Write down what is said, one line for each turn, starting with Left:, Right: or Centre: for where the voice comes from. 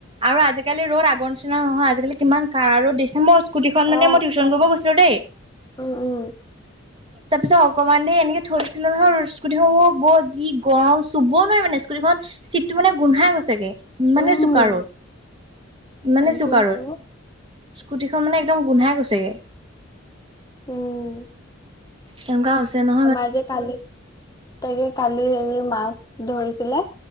Right: আৰু আজিকালি ৰ'দ আগৰ নি নিচিনা নহয়। আজিকালি কিমান কাৰা ৰ'দ দিছে। মই স্কুটিখন মানে
Left: অ
Right: মই টিউশন কৰিব গৈছিলো দেই।
Left: উম, উম।
Right: তাৰ পিছত অকণমান দেৰি এনেকে থৈ দিছিলোঁ নহয় স্কুটিখন, অ' ব যি গৰম চুব নোৱাৰি মানে স্কুটিখন, চিটটো মানে গোন্ধাই গৈছেগে। ইমানে
Left: উম
Right: চোকা ৰ'দ, ইমানে
Left: তাকে
Right: চোকা
Left: আৰু
Right: ৰ'দ। স্কুটিখন মানে একদম গোন্ধাই গৈছেগে।
Left: উম।
Right: তেনেকুৱা হৈছে ন।
Left: আমাৰ যে কালি, তাকে কালি হেৰি মাছ ধৰিছিলে।